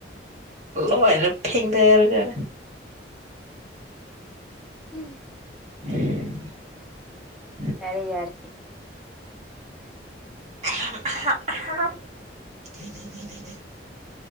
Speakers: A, on the right (about 40°); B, in the centre.
A: ꯂꯣꯏꯅ ꯐꯦꯡꯗꯔꯒ
B: ꯎꯝ
A: ꯎꯝ <inaudible>
B: ꯌꯥꯔꯦ ꯌꯥꯔꯦ
A: <inaudible>